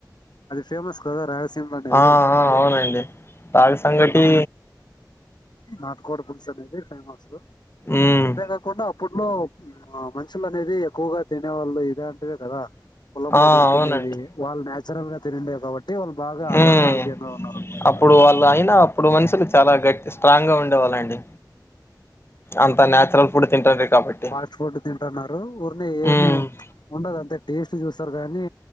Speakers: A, on the left; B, on the left.
A: అది ఫేమస్ కదా రాయలసీమ అనేది
B: ఆ అవునండి రాగి సంగటి
A: నాటు కోడి పుల్స్ అనేది ఫేమస్
B: ఉమ్
A: అంతేకాకుండా అప్పుడు ఇంట్లో మనుషులు అనేది ఎక్కువగా తినే వాళ్ళు ఇదే అంటివే కదా పొలంలో
B: ఆ
A: దొరికిండేవి
B: అవునండి
A: వాళ్ళు నాచ్ ఇసర తండ <unintelligible> కాబట్టి వాళ్ళు బాగా ఆ
B: ఉమ్
A: ఆరోగ్యంగా ఉన్నారు <unintelligible> ర మ సాలా
B: అప్పుడు వాళ్ళు అయినా అప్పుడు మనుషులు చాలా గట్టి స్ట్రాంగ్గా ఉండేవాళ్ళండి అంత న్యాచురల్ ఫుడ్ తింటారు కాబట్టి
A: ఫాస్ట్ ఫుడ్ తింటున్నారు ఊరిని ఏమి
B: ఉమ్
A: ఉండదు అంతే టేస్ట్ చూస్తారు గానీ